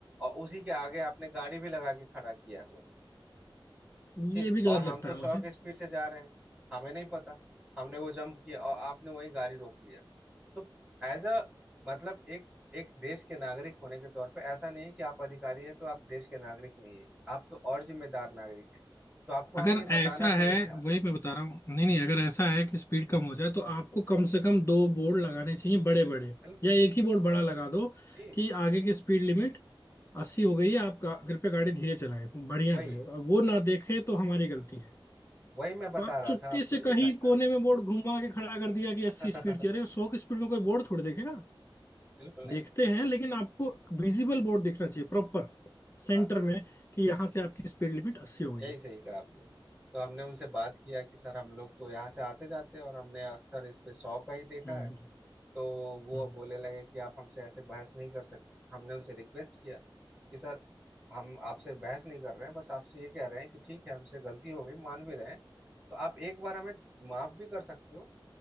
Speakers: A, in the centre; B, on the left (about 30°).
A: और उसी के आगे आपने गाड़ी भी लगा के खड़ा किया हुआ ठीक
B: ये भी गलत
A: और हम
B: लगता
A: तो
B: है
A: सौ
B: मुझे
A: की स्पीड से जा रहे हैं हमें नहीं पता हमने वो जंप किया और आपने वही गाड़ी रोक लिया तो एज अ मतलब एक एक देश के नागरिक होने के तौर पे ऐसा नहीं है कि आप अधिकारी हैं तो आप देश के नागरिक नहीं है आप तो और जिम्मेदार नागरिक हैं तो आपको
B: अगर
A: हमें ये
B: ऐसा
A: बताना
B: है
A: चाहिए था
B: वही मैं बता रहा हूँ नहीं नहीं अगर ऐसा है कि स्पीड कम हो जाए तो आपको कम से कम दो बोर्ड लगाने चाहिए बड़े बड़े
A: बिल्कुल
B: या एक ही बोर्ड बड़ा लगा दो
A: जी
B: कि आगे की स्पीड लिमिट अस्सी हो गई है आप गा- कृपया गाड़ी धीरे चलाएं बढ़िया
A: वही
B: से और वो ना देखे तो हमारी गलती है
A: वही मैं बता
B: तो आप
A: रहा
B: चुपके
A: था आपको
B: से
A: ये
B: कहीं
A: घटना
B: कोने में बोर्ड घुमा के खड़ा कर दिया कि अस्सी
A: <laughs>
B: स्पीड की अरे सौ की स्पीड में कोई बोर्ड थोड़ी देखेगा
A: बिल्कुल नहीं
B: देखते हैं लेकिन आपको विजिबल बोर्ड दिखना चाहिए प्रॉपर सेंटर
A: हाँ
B: में कि यहाँ से आपकी स्पीड लिमिट अस्सी हो गई
A: यही
B: है
A: सही कहा आपने तो हमने उनसे बात किया कि सर हम लोग तो यहाँ से आते जाते हैं और हमने अक्सर इसमें सौ का ही देखा
B: हम्म
A: है तो वो
B: हम्म
A: अब बोलने लगे कि आप हमसे ऐसे बहस नहीं कर सकते हमने उनसे रिक्वेस्ट किया कि सर हम आपसे बहस नहीं कर रहे हैं बस आपसे ये कह रहे हैं कि ठीक है हमसे गलती हो गई मान भी रहे हैं तो आप एक बार हमें माफ भी कर सकते हो